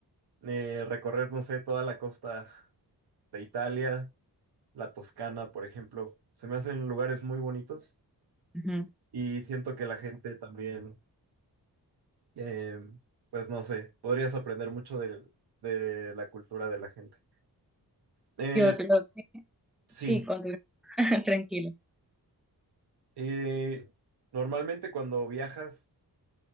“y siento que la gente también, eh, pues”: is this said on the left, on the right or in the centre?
Right